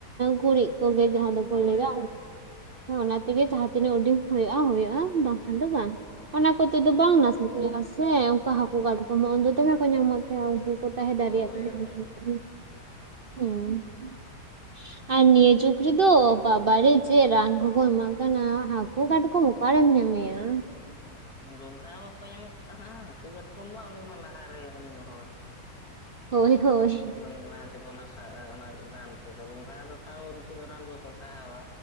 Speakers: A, on the right; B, on the left.
A: ᱜᱩᱨᱤᱡ ᱠᱚᱜᱮ ᱡᱟᱦᱟᱸ
B: ᱦᱳᱭ
A: ᱫᱚᱠᱚ ᱞᱟᱹᱭᱟ
B: ᱦᱳᱭ
A: ᱚᱱᱟ ᱛᱮᱜᱮ ᱡᱟᱦᱟᱸ ᱛᱤᱱᱟᱹᱜ ᱩᱰᱤᱝ ᱦᱩᱭᱩᱜᱼᱟ ᱦᱩᱭᱩᱜᱼᱟ ᱵᱟᱝᱠᱷᱟᱱ ᱫᱚ ᱵᱟᱝ ᱚᱱᱟ ᱠᱚ ᱛᱮᱫ ᱫᱚ
B: ᱦᱮᱸ
A: ᱵᱟᱝ ᱱᱟᱥᱮᱼᱟ ᱥᱮ ᱚᱱᱠᱟ ᱦᱟᱹᱠᱩ ᱠᱟᱴᱠᱚᱢ ᱦᱚ ᱩᱱ ᱫᱚᱢᱮ ᱠᱚ ᱧᱟᱢᱚᱜ ᱛᱟᱦᱮᱜ ᱫᱚᱠᱚ ᱛᱟᱦᱮᱸ
B: ᱦᱳᱭ
A: ᱫᱟᱲᱮᱭᱟᱜ ᱛᱟᱦᱮᱸ
B: ᱦᱳᱭ
A: ᱦᱮᱸ ᱟᱨ ᱱᱤᱭᱟ ᱡᱩᱜᱽ ᱨᱮᱫᱚ ᱵᱟᱵᱟᱨᱮ ᱪᱮ ᱨᱟᱱ ᱠᱚᱠᱚ ᱮᱢᱟᱜ ᱠᱟᱱᱟ ᱦᱟᱹᱠᱩ ᱠᱟᱴᱠᱚᱢ ᱚᱠᱟ ᱨᱮᱢ ᱧᱟᱢᱮᱭᱟ
B: ᱜᱚᱝᱜᱷᱟ ᱵᱟᱠᱚ ᱧᱟᱢᱚᱜ ᱠᱟᱱᱟ ᱦᱟᱹᱠᱩ ᱠᱟᱴᱠᱚᱢ ᱢᱟ ᱩᱱᱤ ᱢᱟ ᱞᱟᱦᱟᱨᱮ ᱩᱱ ᱦᱚᱲ <unintelligible>
A: ᱦᱳᱭ ᱦᱳᱭ
B: ᱚᱱᱟ ᱨᱟᱱ ᱛᱮᱫᱚ ᱜᱚᱝᱜᱷᱟ ᱫᱚ ᱛᱟᱣ ᱩᱱᱠᱩ ᱫᱚ ᱨᱟᱱ ᱠᱚᱠᱚ ᱥᱟᱦᱟᱣᱟ